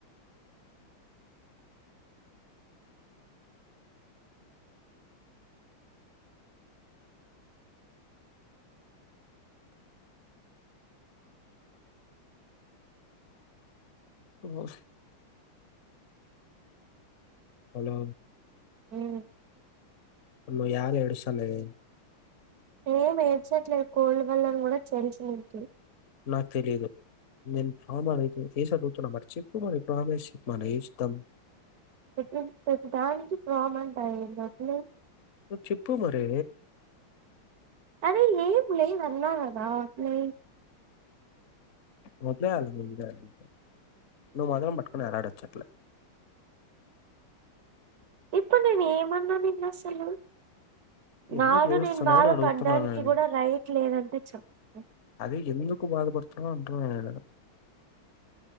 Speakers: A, on the left (about 55°); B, on the right (about 65°).
A: ఓ హలో
B: ఉమ్
A: నువ్వు యన ఏడుస్తానవి
B: నేను ఏం ఏచ్చటలేదు కోల్డ్ వల్ల అన్ని తెలుసు నీకె
A: నాకు తెలీదు నేను ప్రామాయితే వస అడుగుతున్నా మరి చెప్పు మరి ప్రామిస్ మన వస్తాం
B: నువ్వు ప్రతిదానికి ప్రొమ్ అంటవెంటి అస్సలు
A: నువ్ చెప్పు మరి
B: అదే ఏ ప లే అన్నాా కదా లే
A: మదలేల నువ్వు మాత్రరం పట్టుకుని ఎలాడొచ్చట్లే
B: ఇప్పుడు నేను ఏమన్నాను అసలు
A: ఎందుకు
B: నాలో
A: ఏడుస్తున్నావు
B: నేను బాధపడ్డానికి
A: అని అడుగుతున్నాను నేను
B: కూడా రైట్ లేదంటే చెప్ను
A: అదది ఎందుకు బాధపడుతునంట ఏదద